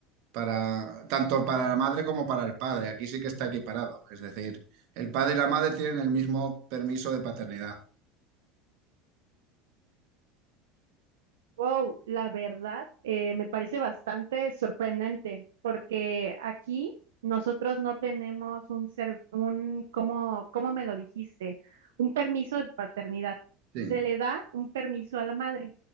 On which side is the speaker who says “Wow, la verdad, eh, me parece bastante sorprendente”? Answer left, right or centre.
Right